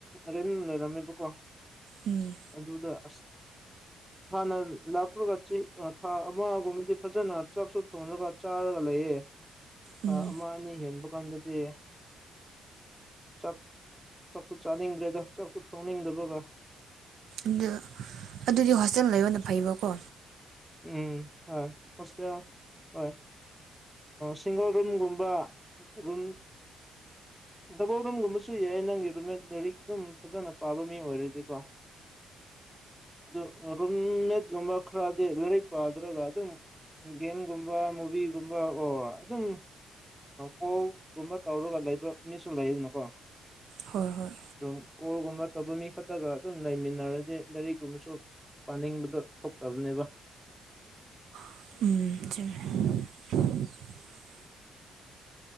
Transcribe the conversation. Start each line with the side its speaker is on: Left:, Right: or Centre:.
Centre: ꯔꯦꯟ ꯂꯩꯔꯝꯃꯦꯕꯀꯣ
Right: ꯎꯝ
Centre: ꯑꯗꯨꯗꯁ ꯍꯅ ꯂꯥꯂ꯭ꯔꯒ ꯊꯥ ꯑꯃꯒꯨꯝꯕꯗꯤ ꯐꯖꯅ ꯆꯥꯛꯁꯨ ꯊꯣꯡꯉꯒ ꯆꯥꯔꯒ ꯂꯩꯌꯦ ꯊꯥ
Right: ꯎꯝ
Centre: ꯑꯃ ꯑꯅꯤ ꯍꯦꯟꯕ ꯀꯥꯟꯗꯗꯤ ꯆꯥꯛ ꯆꯥꯛꯁꯨ ꯆꯥꯅꯤꯡꯗ꯭ꯔꯦꯗ ꯆꯥꯛꯁꯨ ꯊꯣꯡꯅꯤꯡꯗꯕꯒ
Right: ꯑꯗꯨ ꯑꯗꯨꯗꯤ ꯍꯣꯁꯇꯦꯜ ꯂꯩꯕꯅ ꯐꯩꯕꯀꯣ
Centre: ꯎꯝ ꯍꯣꯏ ꯍꯁ ꯍꯣꯏ ꯁꯤꯡꯒꯜ ꯔꯨꯝꯒꯨꯝꯕ ꯔꯨꯝ ꯗꯕꯜ ꯔꯨꯝꯒꯨꯝꯕꯁꯨ ꯌꯥꯏ ꯅꯪꯒꯤ ꯔꯨꯝꯃꯦꯠ ꯂꯥꯏꯔꯤꯛ ꯑꯗꯨꯝ ꯐꯖꯅ ꯄꯥꯕ ꯃꯤ ꯑꯣꯏꯔꯗꯤꯀꯣ ꯑꯗꯨ ꯔꯨꯝꯃꯤꯠꯒꯨꯝꯕ ꯈꯔ ꯑ ꯂꯥꯏꯔꯤꯛ ꯄꯥꯗ꯭ꯔꯒ ꯑꯗꯨꯝ ꯒꯦꯝꯒꯨꯝꯕ ꯃꯨꯚꯤꯒꯨꯝꯕ ꯑꯣꯔ ꯑꯗꯨꯝ ꯀꯣꯜꯒꯨꯝꯕ ꯇꯧꯔꯒ ꯂꯩꯕ ꯃꯤꯁꯨ ꯂꯩꯗꯅꯀꯣ
Right: ꯍꯣꯏ ꯍꯣꯏ
Centre: ꯑꯗꯨꯝ ꯀꯣꯜꯒꯨꯝꯕ ꯇꯧꯕ ꯃꯤ ꯈꯛꯇꯒ ꯑꯗꯨꯝ ꯂꯩꯃꯤꯟꯅꯔꯗꯤ ꯂꯥꯏꯔꯤꯛꯀꯨꯝꯕꯁꯨ ꯄꯥꯅꯤꯡꯕꯗꯣ ꯊꯣꯛꯇꯕꯅꯦꯕ
Right: ꯎ